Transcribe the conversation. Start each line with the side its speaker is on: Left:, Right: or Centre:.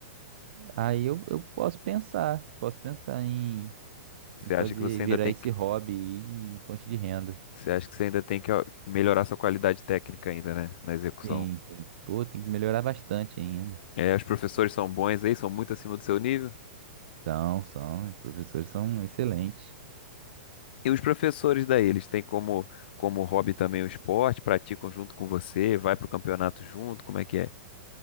Right: Aí eu, eu posso pensar, posso pensar em,
Left: Você
Right: em fazer,
Left: acha que você ainda
Right: virar
Left: tem
Right: esse
Left: que
Right: hobby aí em fonte de renda.
Left: Você acha que você ainda tem que ó, melhorar sua qualidade técnica ainda, né? Na execução.
Right: Sim, sim. Pô, tem que melhorar bastante ainda.
Left: É, os professores são bons aí, são muito acima do seu nível.
Right: São, são, os professores são excelentes.
Left: E os professores daí, eles têm como, como hobby também o esporte, praticam junto com você, vai pro campeonato junto, como é que é?